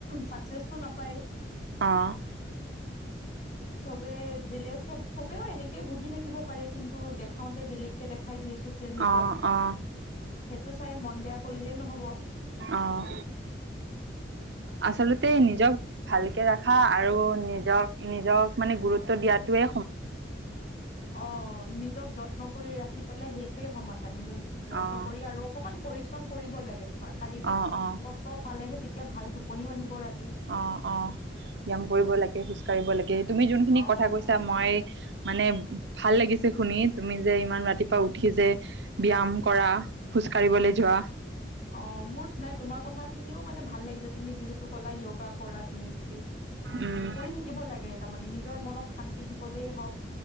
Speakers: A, on the left; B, on the right.
A: চাকচেছ । তো নাপায় ।
B: অঁ ।
A: চবে বেলে চব । চবেও এনেকে ভুগি থাকিব পাৰে কিন্তু দেখা - বেলেগকে দেখাই দিয়ে চছিয়েল মেডিয়াত।
B: অ অ
A: হেটো চাই মন বেয়া কৰিলেই নহ'ব।
B: অহ। আচলতে নিজক ভালকে ৰাখা, আৰু নিজক নিজক মানে গুৰুত্ব দিয়াতোৱে
A: অ' নিজক যত্ন কৰি ৰাখি পেলাই সেইটোয়ে সমাধান। নিজন যত্ন
B: অ
A: কৰি আৰু অকমান পৰিশ্ৰম কৰিব লাগে। তোমাৰ শাৰীৰিক
B: অ', অ',
A: কষ্ট পালেহে তেত এতিয়া ভাল টোপনিও আহিব ৰাত‌
B: অ' অ' ব্যায়াম কৰিব লাগে কিছু। কৰিব লাগে। তুমি যোনখিনি
A: অ
B: কথা কৈছা
A: লাগে
B: মই মানে ভাল লাগিছে শুনি তুমি যে ইমান ৰাতিপুৱা উঠি যে ব্যায়াম কৰা। খোজ কাঢ়িবলৈ যোৱা।
A: অ', মোৰ নাই তোমাৰ কথা শুনিও মানে ভা ভাল লাগিছে। তুমি যিহেতু কলা য়োগা কৰা তুমি বুলি। এইখিনি
B: উম,
A: কৰি থাকিব লাগে তাৰমানে নিজ নিজৰ মনক শান্তি দিবলেই হওক।